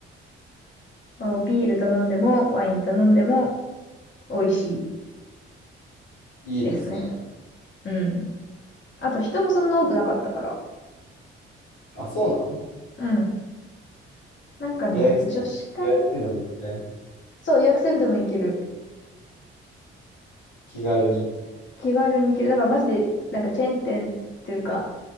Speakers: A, on the left; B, on the left.
A: まあ、ビール頼んでもワイン頼んでも美味しい
B: いいですね。
A: ですね。うん。あと人もそんな多くなかったから。
B: あ、そうなん
A: うん。なんかね、
B: 予約、
A: 女子会、
B: 予約せんでも全然
A: そう、予約せんでも行ける。
B: 気軽に。
A: 気軽に行ける。だからマジで、なんかチェーン店っていうか、